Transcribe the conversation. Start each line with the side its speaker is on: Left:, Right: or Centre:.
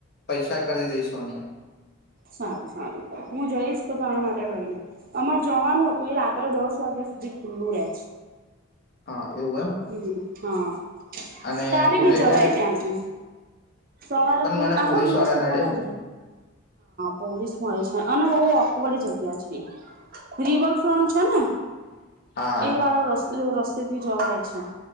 Left: પૈસા કરી દઈસુ એને
Right: સારું સારું હું જઈશ તો તારા માટે લઈને અમાર જવાનું હતું એ રાત્રે દસ વાગ્યા સુધી ખુલ્લું રહે છે.
Left: હા એવું એમ
Right: હમ હા
Left: અને
Right: તારે
Left: ખુલે
Right: બી જવાાય
Left: ક્યારે
Right: છે ત્યાંથી સવારે
Left: પણ મને
Right: આખો
Left: પોલીસ
Right: દિવસ
Left: વાળા
Right: ઓપન
Left: નડે ને
Right: હજ પોલીસ મળે છે અને બહુ અવાળી જગ્યા છે રિવલ ફ્રોન છે ને
Left: હા
Right: એ વાળો રસ્તો રસ્તે થી જવાય છે